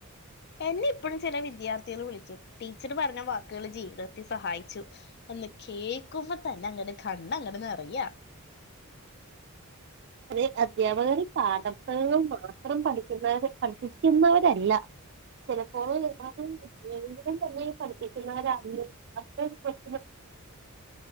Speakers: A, on the left (about 50°); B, on the right (about 50°).
A: എന്നെ ഇപ്പഴും ചില വിദ്യാർത്ഥികള് വിളിക്കും ടീച്ചറ് പറഞ്ഞ വാക്കുകൾ ജീവിതത്തിൽ സഹായിച്ചു ഒന്ന് കേക്കുമ്പോ തന്നെ അങ്ങട്ട് കണ്ണ് അങ്ങട്ട് നിറയ.
B: അതെ അദ്ധ്യാപകര് പാഠപുസ്തങ്ങൾ മാത്രം പഠിക്കുന്നവർ പഠിപ്പിക്കുന്നവരല്ല ചിലപ്പോഴ് <unintelligible> ജീവിതം തന്നെ പഠിപ്പിക്കുന്നവരാകില്ലെ <unintelligible>